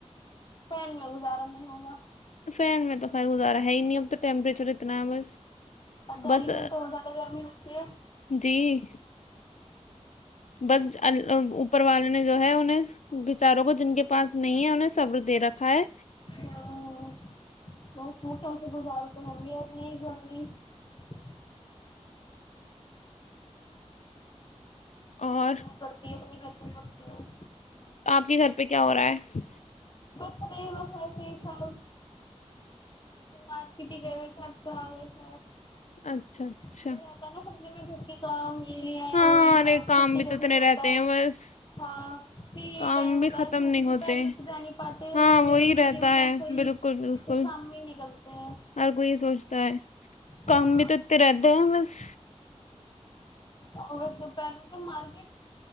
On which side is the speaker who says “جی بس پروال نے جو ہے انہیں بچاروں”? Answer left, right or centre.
Left